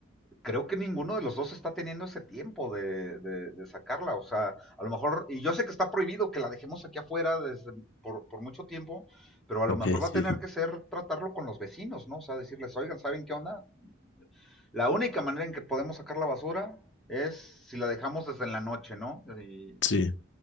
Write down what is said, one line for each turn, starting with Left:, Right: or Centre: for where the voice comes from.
Centre: creo que ninguno de los dos está teniendo ese tiempo de, de- de sacarla. O sea, a lo mejor, y yo sé que está prohibido que la dejemos aquí afuera desde, por, por mucho tiempo, pero a lo
Left: Ok,
Centre: mejor va
Left: sí,
Centre: a tener que ser tratarlo con los vecinos, ¿no? O sea, decirles, oigan, ¿saben qué onda? La única manera en que podemos sacar la basura es si la dejamos desde en la noche, ¿no? Y,
Left: sí,